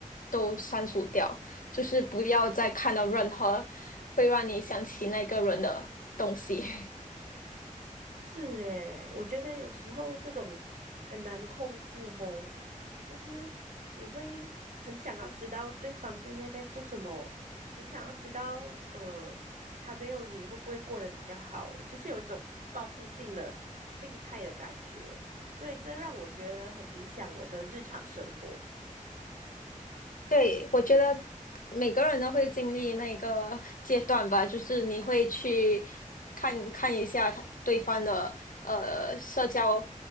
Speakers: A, on the left; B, on the right.
A: 都删除掉，就是不要再看到任何会让你想起那个人的东西。<laughs>
B: 是诶，我觉得有时候这种很难控制吼，就是你会很想要知道对方现在在做什么，很想要知道呃，他没有你会不会过得比较好，就是有一种报复性的病态的感觉，所以这让我觉得很影响我的日常生活。
A: 对，
B: 嗯。
A: 我觉得每个人都会经历那个阶段吧，就是你会去看看一下他对方的呃社交